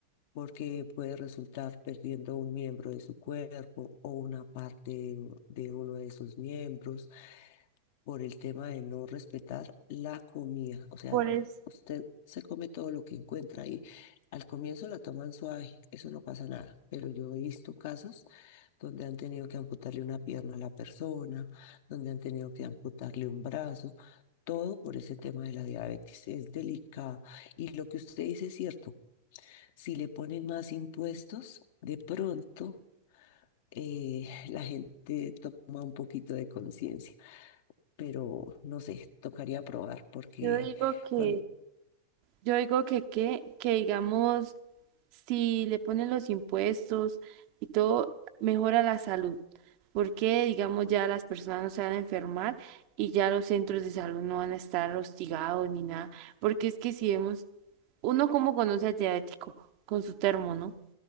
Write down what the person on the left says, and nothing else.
porque puede resultar perdiendo un miembro de su cuerpo o una parte de, de uno de sus miembros por el tema de no respetar la comida. O sea,
usted se come todo lo que encuentra y al comienzo la toman suave, eso no pasa nada. Pero yo he visto casos donde han tenido que amputarle una pierna a la persona, donde han tenido que amputarle un brazo. Todo por ese tema de la diabetes es delicado. Y lo que usted dice es cierto. Si le ponen más impuestos, de pronto eh, <laughs> la gente toma un poquito de conciencia pero no sé, tocaría probar porque
cuando